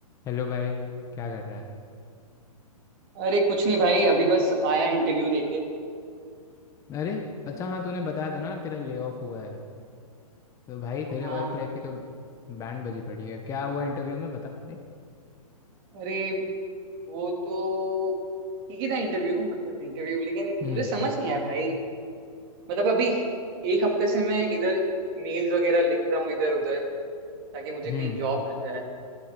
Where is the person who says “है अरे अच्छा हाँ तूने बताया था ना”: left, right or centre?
Left